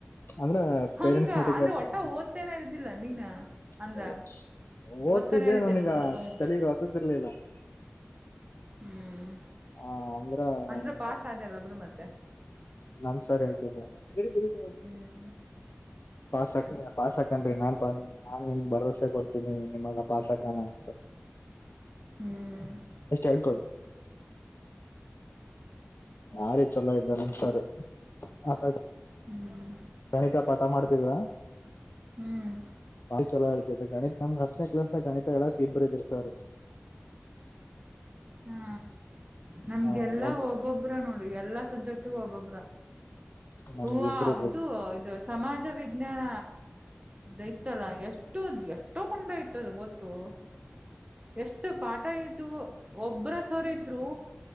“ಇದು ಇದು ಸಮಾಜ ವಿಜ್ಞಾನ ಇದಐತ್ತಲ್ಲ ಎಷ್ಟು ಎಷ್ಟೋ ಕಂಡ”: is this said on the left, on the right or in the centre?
Right